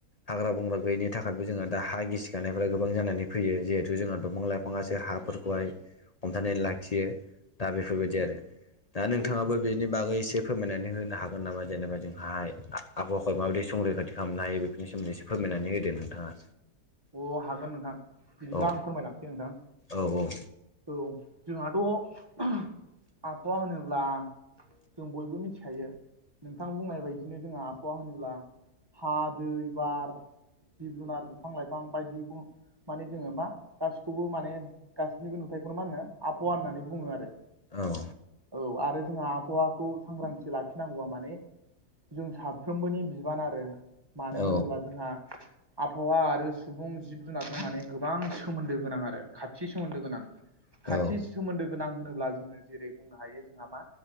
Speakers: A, on the left; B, on the right.
A: हाग्रा बंग्रा गैयैनि थाखायबो जोंहा दा हा गिसि खानायफ्रा गोबां जानानै फैयो जिहेथु जोंहा दंफां लाइफाङासो हाफोरखौहाय हमथानानै लाखियो दा बेफोरबायदि आरो। दा नोंथाङाबो
B: नंगौ
A: बेनि बागै एसे फोरमायनानै होनो हागोन नामा जेनेबा जोंहाहाय आबहावाखौ माबायदि संरैखाथि खालामनो हायो बेनि सोमोन्दै एसे फोरमायनानै होदो नोंथाङा।
B: अ हागोन नोंथां, बिदिब्ला
A: औ
B: आं फोरमायलांसै नोंथां।
A: औ औ।
B: औ जोंहाथ' आबहावा होनोब्ला जों बयबो मिथिखायो नोंथां बुंनाय बाय दिनो जोंहा आबहावा होनोब्ला हा, दै, बार, जिब जुनार बिफां लाइफां बायदिखौ माने जोङो मा गासिखौबो माने गासिनिबो नुथायखौनो मा होनो आबहावा होननानै बुङो आरो।
A: औ।
B: औ आरो जोंहा आबहावाखौ सांग्रांथि लाखिनांगौवा माने जों साफ्रोमबोनि बिबान आरो मानो
A: औ
B: होनोब्ला जोंहा आबहावा आरो सुबुं जिब जुनारजों माने गोबां सोमोन्दो गोनां आरो खाथि सोमोन्दो गोनां।
A: औ
B: खाथि सोमोन्दो गोनां होनोब्ला जोङो जेरै बुंनो हायो जोंहा मा?